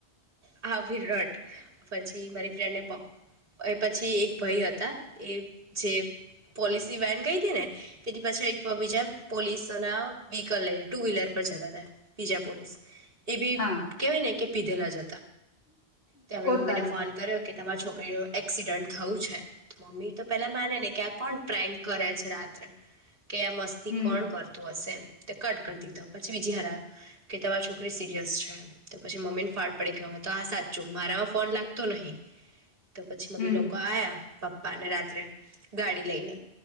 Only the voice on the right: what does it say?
આ વિરટ પછી મારી ફ્રેન્ડને પ એ પછી એક ભાઈ હતા એ જે. પોલિસી વેન કઈ હતી ને. પાછી એક બીજ પોલીસ વ્હકલ લઈને ટુ વ્હીલર પર જતા હતા બીજા પોલીસ એ બી
કેવાય ને કે પીધલા જ તેમણે
મમ્મી ને ફોન કર્યો કે તમારા છોકરી ન એક્સિડન્ટ થયું છે મમ્મી તો પેલા માને ને કે આ કોણ પ્રેન્ક કરે છે રાત્રે કે એ મસ્તી
કોણ કરતું હશે એમ તે કટ કરી દીધો પછી બીજી હરા્યો કે તમારી છોકરી સિરિયસ છે તો પછી મમ્મી ને ફાળ પડી ગયો હોય તો આ સાચું મારામાં ફોન લાગતો નહીિ તો પછી મમ્મી
લોકો આવ્યા પપ્પા ને રાત્રે ગાડી લઈને